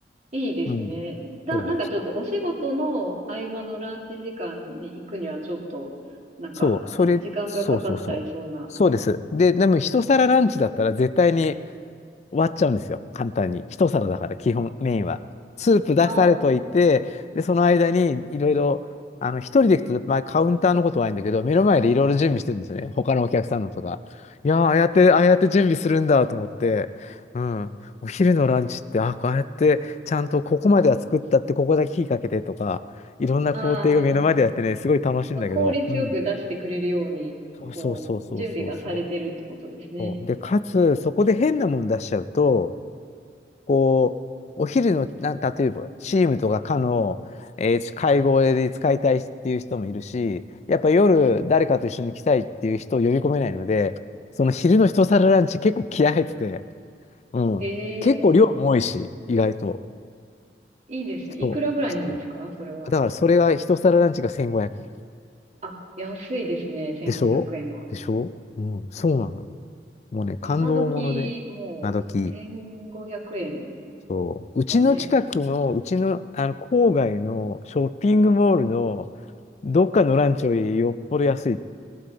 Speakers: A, on the right; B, on the left.
A: いいですね。
B: うん、
A: だ、
B: そう、
A: なんかちょっとお仕事の合間のランチ時間に行くにはちょっと、なんか、
B: そう、それ、
A: じ、時間がかかっちゃいそうな。
B: そうそうそう。そうです。で、でも一皿ランチだったら絶対に終わっちゃうんですよ。簡単に。一皿だから、基本、メインは。スープ出されといて、
A: あ
B: で、その間にいろいろ、あの、一人で行くと、まあ、カウンターのことはないんだけど、目の前でいろいろ準備してるんですよね。他のお客さんのとか。いやー、ああやって、ああやって準備するんだと思って、うん。お昼のランチって、あ、こうやって、ちゃんとここまでは作ったって、ここだけ火かけてとか、いろんな工程が目の前でやってね、
A: あ、ああ、
B: すごい楽しいんだけど、
A: その効率よく出してくれるように、
B: うん。そうそうそうそうそうそう。
A: こう、準備がされてるってことですね。
B: そうで、かつ、そこで変なもん出しちゃうと、こう、お昼の、なん、例えば、チームとか課の、えー会合で使いたいっていう人もいるし、やっぱ夜誰かと一緒に来たいっていう人を呼び込めないので、その昼の一皿ランチ結構気合入ってて、うん。
A: ええ
B: 結構量も多いし、意外と。
A: いいですね。
B: そう。
A: いくらぐらいなんですかそれは。
B: そう。だからそれが一皿ランチが1500円。
A: あ、安いですね。1500円は。
B: でしょでしょうん、そうなの。もうね、感動もので、
A: 今時、もう、
B: 今時。
A: 1500円
B: そう、うちの近くの、
A: はね、
B: うちの、あの郊外のショッピングモールのどっかのランチよりよっぽど安い